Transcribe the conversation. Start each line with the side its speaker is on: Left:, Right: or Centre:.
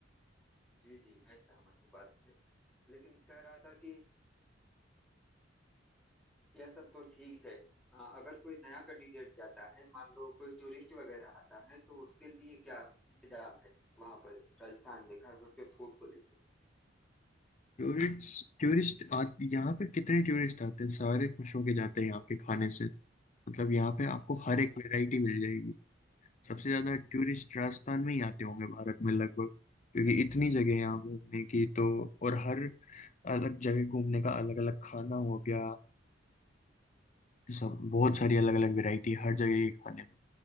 Centre: जी जी मैं सहमत हूँ बात से लेकिन कह रहा था कि यह सब तो ठीक है अ, अगर कोई नया कैंडिडेट जाता है मान लो कोई टूरिस्ट वगैरह आता है तो उसके लिए क्या इंतजाम है वहां पर राजस्थान में खास तौर पे फूड को लेके
Left: टूरिस्ट टूरिस्ट आज यहाँ पे कितने टूरिस्ट आते हैं सारे खुश होके जाते हैं यहाँ के खाने से मतलब यहाँ पे आपको
Centre: हाँ
Left: हर एक वैरायटी मिल जाएगी सबसे ज्यादा
Centre: जी जी
Left: टूरिस्ट राजस्थान में ही आते होंगे भारत में लगभग क्योंकि इतनी जगह है यहाँ घूमने की तो और हर अलग जगह घूमने का अलग अलग खाना हो गया सब बहुत सारी अलग अलग वैरायटी हर जगह के खाने में